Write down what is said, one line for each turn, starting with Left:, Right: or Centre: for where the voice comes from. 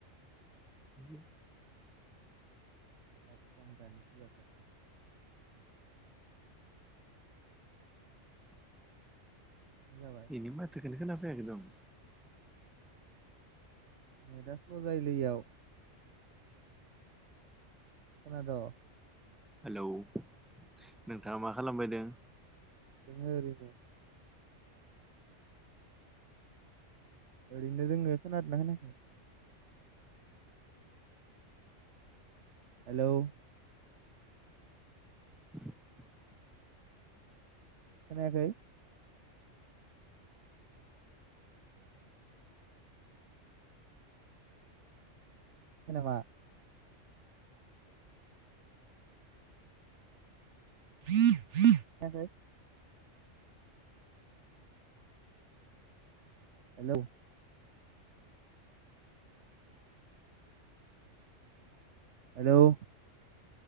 Centre: <unintelligible>
Right: एकदम दानिसो जाथारदो। नों जाबाय
Centre: इनि माथोखौनो खोनाफैयाखै दं।
Right: नेद स्ल' जायो लै एयाव। खोना द'?
Centre: हेलौ नोंथाङा मा खालाम बायदों
Right: दों ङो ओरैनो ओरैनो दों खोनादोंना खोनायाखै? हेलौ
Centre: औ <inaudible>
Right: खोनायाखै जेनबा खोनायाखै हेल' हेल'